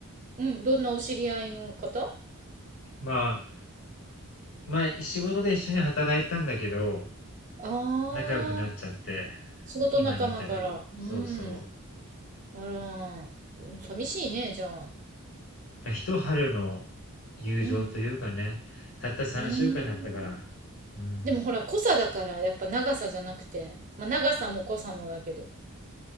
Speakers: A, on the right; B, on the left.
A: うん。うん、どんなお知り合いの方
B: まあ、まあ、仕事で一緒に働いたんだけど、
A: ああー、
B: 仲良くなっちゃって、
A: 仕事仲間から。
B: 今に至る。そうそう。
A: うん。あら、うん寂しいね、じゃあ。
B: まあ、一春の友情というかね、
A: うん。
B: たった3週間だったから、
A: うーん。
B: うん。
A: でもほら、濃さだから、やっぱ長さじゃなくて。まあ、長さも濃さもだけど。